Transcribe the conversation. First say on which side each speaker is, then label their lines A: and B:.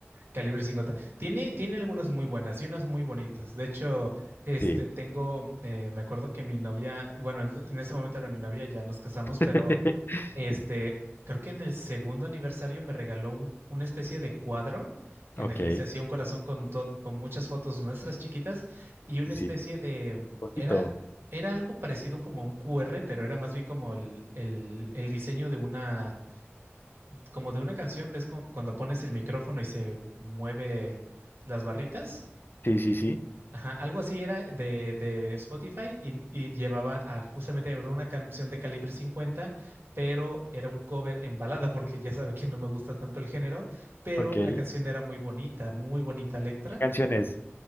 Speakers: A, on the right; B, on the left.
A: calibre 50. Tiene, tiene algunas muy buenas y unas muy bonitas. De hecho, este,
B: Sí.
A: tengo, eh, me acuerdo que mi novia, bueno, en ese momento era mi novia, ya nos casamos, pero
B: <laughs>
A: Este, creo que en el segundo aniversario me regaló un- una especie de cuadro en
B: Ok.
A: el que se hacía un corazón con, to- con muchas fotos nuestras chiquitas y una
B: Sí, sí.
A: especie de, mm,
B: Bonito.
A: era, era algo parecido como a un QR, pero era más bien como el, el, el diseño de una, como de una canción, ¿ves? cu- Cuando pones el micrófono y se mueve las barritas.
B: Sí, sí, sí.
A: Ajá, algo así era de, de Spotify y, y llevaba a justamente era una canción de calibre cincuenta, pero era un cover en balada, <laughs> porque ya sabe que no me gusta tanto el género, pero
B: Ok. ¿Qué
A: la canción era muy bonita, muy bonita letra.
B: canción es?